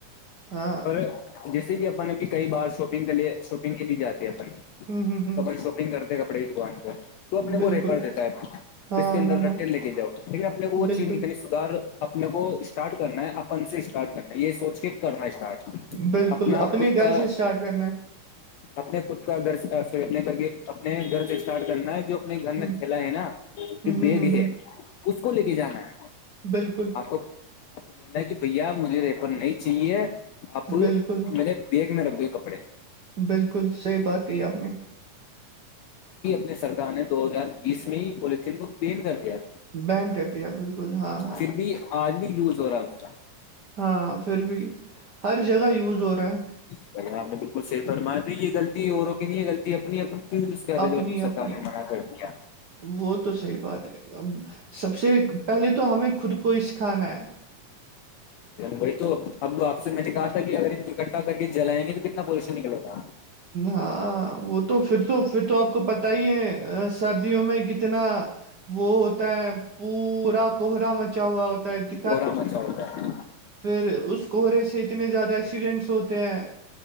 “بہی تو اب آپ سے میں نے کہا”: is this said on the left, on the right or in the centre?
Left